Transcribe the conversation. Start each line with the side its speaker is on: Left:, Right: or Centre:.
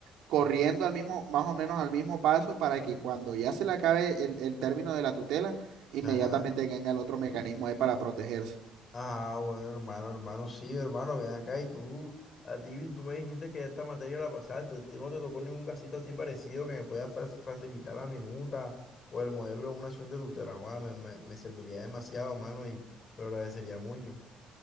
Right: corriendo al mismo, más o menos al mismo paso para que cuando ya se le acabe el, el término de la tutela, inmediatamente
Left: Ajá.
Right: venga el otro mecanismo ahí para protegerse.
Left: Ah, bueno, hermano, hermano, sí, hermano, ven acá y tú, a ti, tú me dijiste que esta materia la pasaste, a ti no te tocó ningún casito así parecido que me pueda fa- facilitar la minuta o el modelo de una acción de tutela, joda, me, me, me serviría demasiado, hermano, y te lo agradecería mucho.